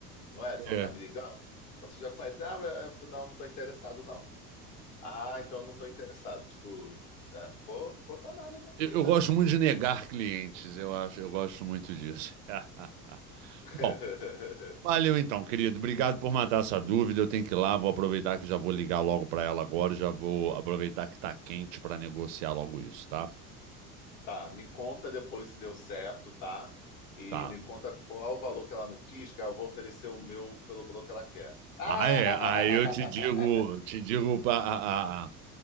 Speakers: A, on the left (about 55°); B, on the right (about 55°).
A: Não é? Você
B: É.
A: não tá me ligando? Então você já conhece. Ah, mas você não, não tô interessado, não. Ah, então eu não tô interessado. Tipo, ah, ficou, ficou danado da vida.
B: Eu, eu gosto
A: Ficou
B: muito de negar
A: puto.
B: clientes, eu acho. Eu gosto muito disso. <laughs>
A: <laughs>
B: Bom, valeu então, querido. Obrigado por matar essa dúvida. Eu tenho que ir lá, vou aproveitar que já vou ligar logo para ela agora. e Já vou aproveitar que tá quente para negociar logo isso, tá?
A: Tá, me conta depois se deu certo, tá? E
B: Tá.
A: me conta qual o valor que ela não quis, que eu vou oferecer o meu pelo valor que ela quer. <laughs>
B: Ah, é. Aí eu te digo, te digo, pa- a, a,